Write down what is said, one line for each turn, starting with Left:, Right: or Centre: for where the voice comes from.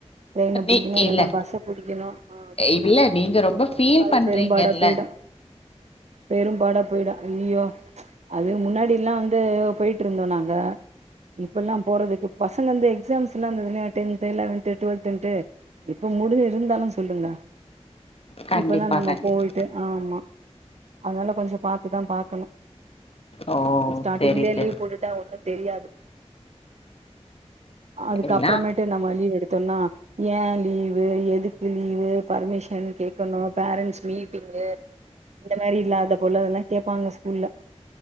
Right: ட்ரெயின பிடிக்கணு
Left: நீ
Right: இல்லைன்னா
Left: இல்ல
Right: பஸ்ஸ பிடிக்கணு ஆமா
Left: இல்ல நீங்க ரொம்ப ஃபீல்
Right: அது
Left: பண்றீங்கல்ல
Right: பெரும்பாடா போயிடு பெரும்பாடா போயிடு ஐயோ அது முன்னாடி எல்லாம் வந்து போய்ட்ருந்தோ நாங்க இப்ப எல்லாம் போறதுக்கு பசங்க வந்து எக்ஸாம்ஸ் எல்லா இருந்துதுங்க டென்த்து லெவன்த்து டுவெல்த்துன்ட்டு இப்ப முடிஞ்சுது இருந்தாலு சொல்லுங்க
Left: கண்டிப்பா
Right: இப்பல்லா நம்ம
Left: கண்டிப்பா
Right: போயிட்டு ஆ ஆமா அதனால கொஞ்ச பாத்துதா பாக்கணு
Left: ஓ
Right: ஸ்டார்ட்டிங்லயே
Left: செரி செரி
Right: லீவ் போட்டுட்டா ஒண்ணும் தெரியாது அதுக்கப்புறமேட்டு
Left: எல்லா
Right: நம்ம லீவ் எடுத்தோம்னா ஏன் லீவ் லீவு எதுக்கு லீவு பர்மிஷன் கேக்கணு பேரண்ட்ஸ் மீட்டிங்கு இந்த மாரி இல்லாத போல அதெல்லா கேப்பாங்க ஸ்கூல்ல